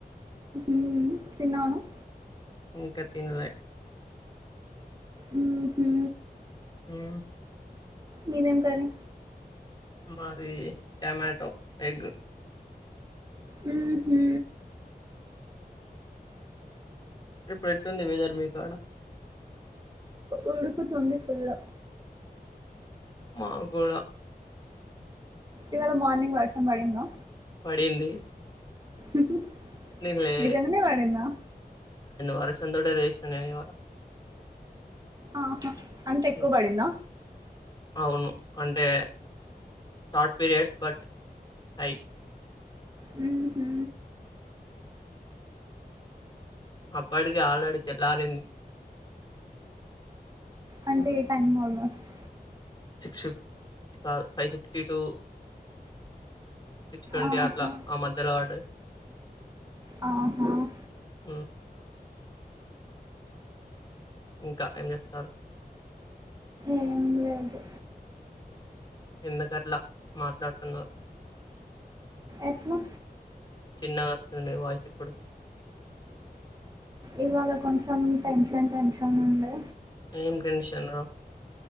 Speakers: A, on the right (about 25°); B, on the left (about 25°).
A: ఉమ్ తిన్నావా నువ్వు.
B: ఇంకా తినలే.
A: ఉమ్ ఉహూ.
B: ఉమ్.
A: మీదేం కర్రీ.
B: మాది టమాటో ఎగ్.
A: హ్మ్ హు
B: ఇప్పుడు ఎట్లుంది వెదర్ మీకు ఆడ.
A: ఉడుకుతుంది ఫుల్.
B: మాకు కూడా.
A: ఇవాళ మార్నింగ్ వర్షం పడిందా.
B: పడింది.
A: ఉహూ
B: నేను లే
A: నిజంగానే పడిందా.
B: వర్షం తోటే లేచిన ఇవాళ.
A: ఆహా అంత ఎక్కువ
B: హ్మ్
A: పడిందా.
B: అవును అంటే షార్ట్ పీరియడ్ బట్ హై.
A: హ్మ్ హు
B: అప్పటికే ఆల్రెడీ తెల్లారింది.
A: అంటే ఏ టైమ్ ఆల్మోస్ట్.
B: సిక్స్ కాదు five fifty two. Six twenty
A: ఆహా
B: అట్లా ఆ మధ్యలో పడ్డాది.
A: ఆహా ఆహ్.
B: ఉమ్. ఇంకా ఏం చేస్తారు.
A: ఏం లేదు
B: ఎందుకట్లా మాట్లాడుతున్నారు.
A: ఎట్లా.
B: చిన్నగా వస్తుంది మీ వాయిస్ ఇప్పుడు.
A: ఇవాళ కొంచెం టెన్షన్ టెన్షన్ ఉండే.
B: ఏం టెన్షను